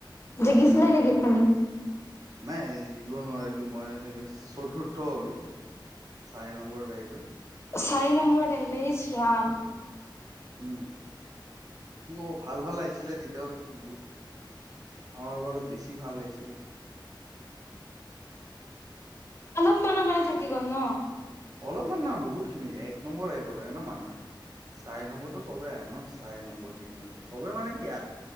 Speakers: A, on the left (about 30°); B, on the right (about 45°).
A: জিগিছিলে আপুনি?
B: নাই জিকিব নোৱাৰিলো মই চতুৰ্থ হলো। চাৰি নম্বৰতে আহিলো।
A: চাৰি নম্বৰ আহিল ইচ ৰাম।
B: উম, কি কব ভাল - ভাল লাগিছিলে তেতিয়া বহুত আমাৰ ওপৰত বেছি ভাল আহিছিলে।
A: অলপমানানৰ কাৰণে থাকি গ'ল ন।
B: অলপমান নহ বহুত খিনি এক নম্বৰ আহিব লাগে ন মানুহে। চাৰেি নম্বৰটো চবেই আহ ন চাৰেি নম্বৰ তিনি নম্বৰ চবেই মানে কিয়